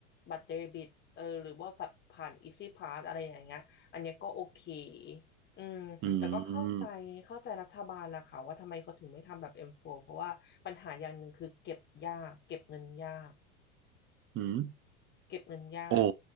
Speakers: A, on the left; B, on the right.
A: บัตรเดบิตเออหรือว่าแบบผ่านอีซี่พาสอะไรอย่างเงี้ยอันเนี้ยก็โอเคอืมแต่ก็เข้าใจเข้าใจรัฐบาลแหละค่ะว่าทำไมเขาถึงไม่ทำแบบ
B: อืม
A: M4 เพราะว่าปัญหาอย่างหนึ่งคือเก็บยากเก็บเงินยาก
B: อืม
A: เก็บเงินยาก
B: โอ